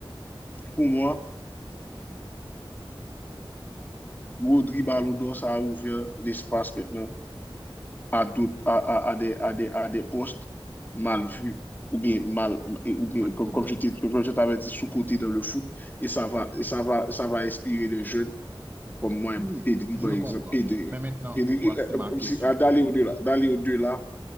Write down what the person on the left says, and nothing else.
pour moi, Rodri Ballon d'Or, ça a ouvert l'espace maintenant à, doute, à, à, à des, à, des, à des postes mal vus ou bien mal ou bien
comme,
comme je t'ai- comme je t'avais dit sous-côté dans le foot et ça va et ça va ça va inspirer des jeunes comme moi
Pedri
par
exemple Pedri,
Pedri,
euh,
euh, si- à d'aller au-delà d'aller au-delà